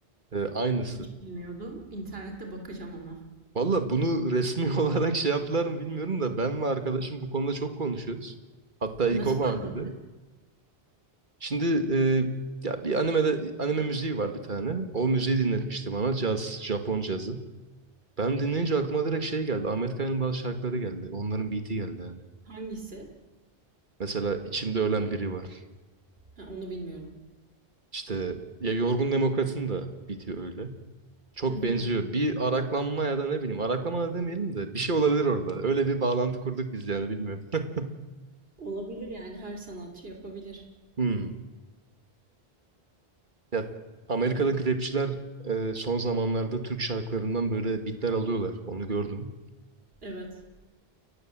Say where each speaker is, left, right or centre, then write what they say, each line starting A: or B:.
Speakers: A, on the right; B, on the right.
A: Ee, aynısı.
B: Hiç bilmiyordum. İnternette bakacağım ama.
A: Valla bunu resmi <laughs> olarak şey yaptılar mı bilmiyorum da ben ve arkadaşım bu konuda çok konuşuyoruz. Hatta ilk
B: Nasıl
A: o bana
B: fark
A: dedi.
B: ettin?
A: Şimdi e, ya bir animede anime müziği var bir tane. O müziği dinletmişti bana. Caz, Japon cazı. Ben dinleyince aklıma direkt şey geldi. Ahmet Kaya'nın bazı şarkıları geldi. Onların beat'i geldi hani.
B: Hangisi?
A: Mesela içimde ölen biri var.
B: Ha, onu bilmiyorum.
A: İşte ya Yorgun Demokrat'ın da beat'i öyle. Çok
B: Hı hı.
A: benziyor. Bir araklanma ya da ne bileyim araklama da demeyelim de bir şey olabilir orada. Öyle bir bağlantı kurduk biz yani bilmiyorum. <laughs>
B: Olabilir yani her sanatçı yapabilir.
A: Hmm. Ya Amerika'daki rapçiler e, son zamanlarda Türk şarkılarından böyle bitler alıyorlar. Onu gördüm.
B: Evet.